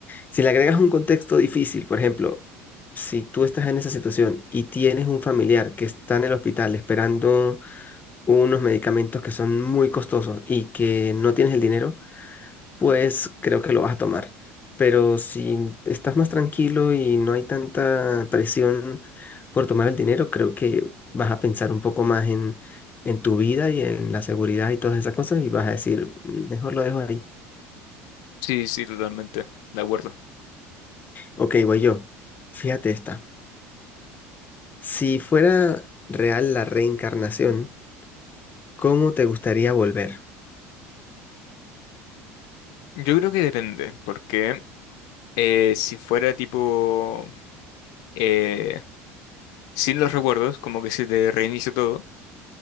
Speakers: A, on the left; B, on the left.
A: si le agregas un contexto difícil, por ejemplo, si tú estás en esa situación y tienes un familiar que está en el hospital esperando unos medicamentos que son muy costosos y que no tienes el dinero, pues creo que lo vas a tomar. Pero si estás más tranquilo y no hay tanta presión por tomar el dinero, creo que vas a pensar un poco más en, en tu vida y en la seguridad y todas esas cosas y vas a decir, "Mm, mejor lo dejo ahí.
B: Sí, sí, totalmente, de acuerdo.
A: Ok, voy yo. Fíjate esta. Si fuera real la reencarnación, ¿cómo te gustaría volver?
B: Yo creo que depende, porque eh, si fuera tipo eh, sin los recuerdos, como que se te reinicia todo,